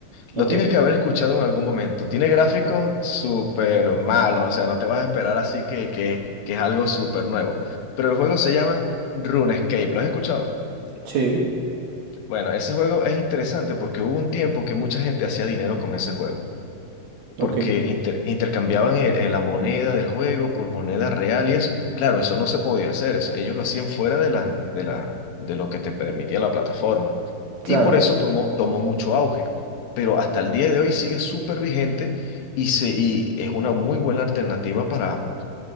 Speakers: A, on the right; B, on the left.
A: ok.
B: Lo tienes que haber escuchado en algún momento. Tiene gráficos súper malos, o sea, no te vas a esperar así que, que, que es algo súper nuevo. Pero el juego se llama RuneScape, ¿lo has escuchado?
A: Sí,
B: Bueno, ese juego es interesante porque hubo un tiempo que mucha gente hacía dinero con ese juego
A: ok,
B: porque inter- intercambiaban el- el- la moneda del juego por moneda real y eso. Claro, eso no se podía hacer, eso- ellos lo hacían fuera de la, de la, de lo que te permitía la plataforma.
A: claro.
B: Y por eso tomó, tomó mucho auge, pero hasta el día de hoy sigue súper vigente y, se, y es una muy buena alternativa para,